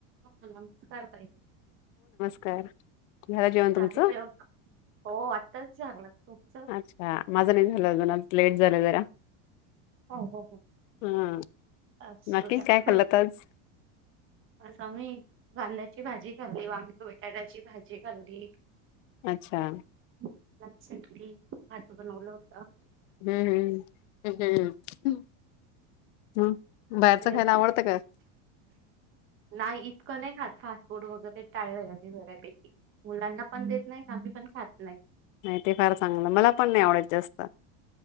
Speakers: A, on the right; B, on the left.
A: हो. <unintelligible> कारतायत.
B: <unintelligible> जेवण तुमचं
A: रात्री जेव हो आटताच झालं. तुमच?
B: अच्छा माझं नाही झालं अजून आज लेट झालं जरा.
A: हो हो हो
B: हा
A: असू
B: नक्की
A: द्द्या.
B: काय खाल्लत
A: ह
B: आज
A: आज आम्ही कांद्या ची भाजी खाल्ली, वांग बटाट्याची भाजी खाल्ली.
B: अच्छा.
A: <inaudible> भाजी बनवलं होत.
B: हम्म हम् हम् हम्मम हम् हम्. बाहेरचं
A: तेच
B: खायला आवडतं का?
A: नाही. इतकं नाही खात फास्ट फूड वगैरे टाळ अ घरापैकी मुलांना पण देत नाही. आम्ही पण खात नाही.
B: नाही ते फार चांगलं मला पण नाही आवडत जास्त.